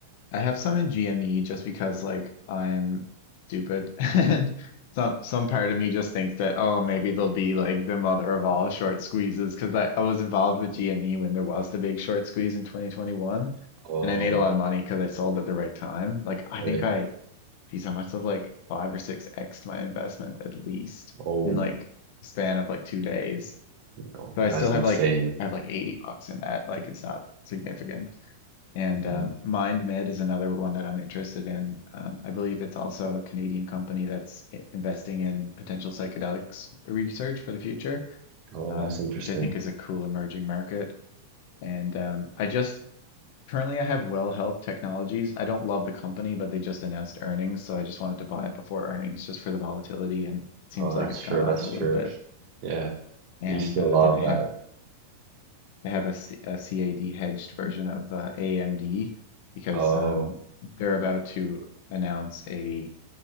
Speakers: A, on the left (about 50°); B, on the right (about 40°).
A: I have some in GME just because like I'm stupid <laughs> and some some part of me just thinks that oh maybe they'll be like the mother of all short squeezes because I, I was involved with GME when there was the big short squeeze in 2021
B: oh,
A: and I made a lot of money because I sold at the right time. Like I
B: okay.
A: think I geez, I must have like five or six X'd my investment at least
B: Oh,
A: in like a span of like two days.
B: no,
A: So I
B: that's
A: still have
B: insane.
A: like I have like 80 bucks in that. Like it's not significant. And
B: hmm
A: uh, MindMed is another one that I'm interested in. Um, I believe it's also a Canadian company that's i- investing in potential psychedelics research for the future,
B: Oh,
A: um,
B: that's interesting.
A: which I think is a cool emerging market. And um, I just currently I have Well Health Technologies. I don't love the company, but they just announced earnings, so I just wanted to buy it before earnings just for the volatility and it seems
B: Oh,
A: like
B: that's
A: it's
B: true.
A: gone up
B: That's
A: a little
B: true.
A: bit.
B: Yeah,
A: And
B: you still
A: uh,
B: love
A: then I have
B: that.
A: I have a, C- a CAD hedged version of the AMD because
B: Oh,
A: um, they're about to announce a